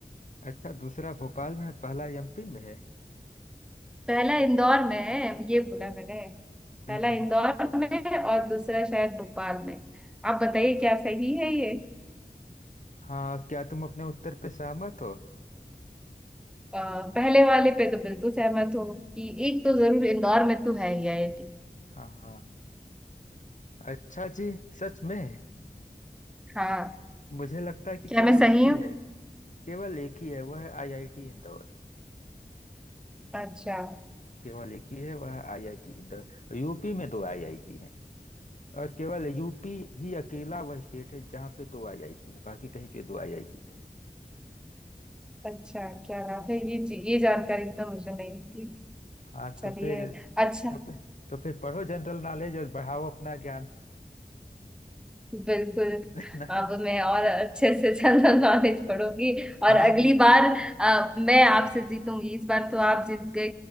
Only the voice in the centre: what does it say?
पहला इंदौर में है ये बोला मैंने पहला
इंदौर में है और दूसरा शायद भोपाल में आप बताइए क्या सही है ये
अ, पहले वाले पे तो बिल्कुल सहमत हूँ कि एक तो जरूर इंदौर में तो है ही आईआईटी
हाँ
क्या
मैं सही
हूँ
अच्छा
अच्छा क्या बात है ये ये जानकारी तो मुझे नहीं थी
चलिए
अच्छा
बिल्कुल
अब मैं और अच्छे से <laughs> जनरल नॉलेज पढ़ूंगी और
अगली बार अ, मैं आपसे जीतूंगी इस बार तो आप जीत गए